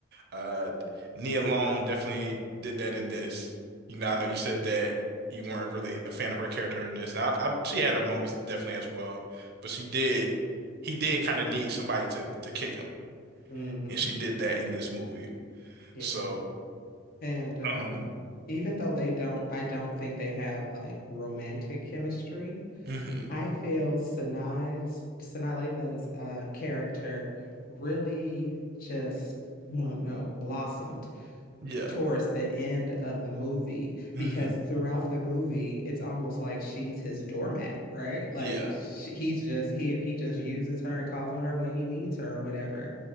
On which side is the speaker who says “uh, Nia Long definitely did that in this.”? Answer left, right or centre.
Right